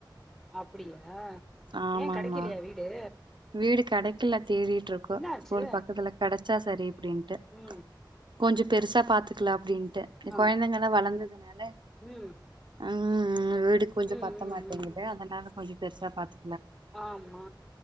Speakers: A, in the centre; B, on the right.
A: அப்டியா
B: ஆமாமா
A: ஏன் கிடைக்கலையா வீடு
B: வீடு கிடைக்கல தேடிட்டு இருக்கோம்
A: என்ன ஆச்சு
B: ஸ்கூல் பக்கத்துல கிடைச்ச சா சரி அப்டின்ட்டு
A: ம்
B: கொஞ்சம் பெருசா பாத்துக்கல அப்டின் டு கொழந்தைங்க
A: ஆ
B: எல்லா வளர்ந்ததுனால
A: ம்.
B: உம் வீடு கொஞ்சம்
A: ம்.
B: பத்த
A: ம்.
B: மாட்டேங்குது
A: ம்.
B: அதனால கொஞ்சம் பெருசா பாத்து
A: ஆமா